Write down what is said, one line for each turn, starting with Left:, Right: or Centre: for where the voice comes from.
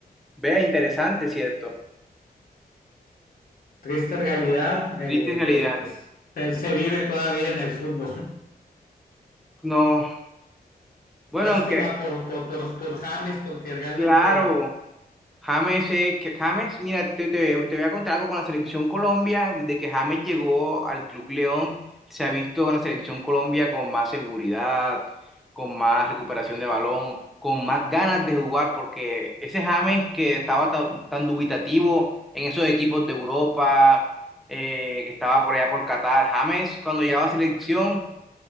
Centre: Vea, interesante, ¿cierto?
Left: Triste realidad, eh,
Centre: Triste realidad.
Left: pero pues se se vive todavía en el fútbol.
Centre: No, bueno,
Left: Lástima
Centre: aunque,
Left: por, por, por, por James, porque realmente
Centre: claro. James, eh, que James, mira, te, te- te voy a contar algo con la selección Colombia. Desde que James llegó al Club León, se ha visto en la selección Colombia con más seguridad, con más recuperación de balón, con más ganas de jugar, porque ese James que estaba tan, tan dubitativo en esos equipos de Europa, eh, que estaba por allá por Qatar, James, cuando llegaba a selección,